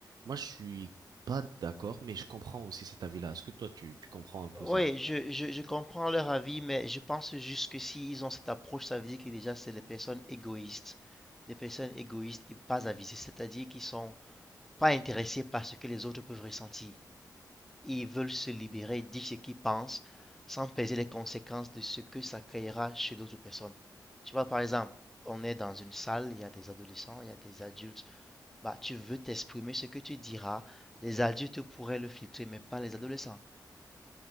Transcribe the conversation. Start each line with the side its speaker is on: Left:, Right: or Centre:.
Right: Moi, je suis pas d'accord, mais je comprends aussi cet avis-là. Est-ce que toi, tu, tu comprends un peu
Centre: Oui,
Right: ça?
Centre: je, je, je comprends leur avis, mais je pense juste que s'ils ont cette approche, ça veut dire que déjà, c'est des personnes égoïstes. Des personnes égoïstes et pas avisées, c'est-à-dire qu'ils sont pas intéressés par ce que les autres peuvent ressentir. Ils veulent se libérer, dire ce qu'ils pensent, sans peser les conséquences de ce que ça créera chez d'autres personnes. Tu vois, par exemple, on est dans une salle, il y a des adolescents, il y a des adultes. Bah, tu veux t'exprimer ce que tu diras. Les adultes pourraient le filtrer, mais pas les adolescents.